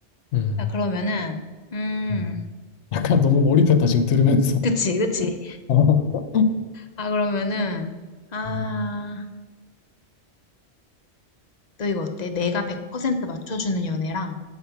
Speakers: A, on the left; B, on the left.
A: 음.
B: 자, 그러면은, 음,
A: 음, 약간 너무 몰입했다, 지금 들으면서.
B: 그치, 그치.
A: <laughs> 어,
B: 아, 그러면은, 아,
A: 음,
B: 너 이거 어때? 내가 100% 맞춰주는 연애랑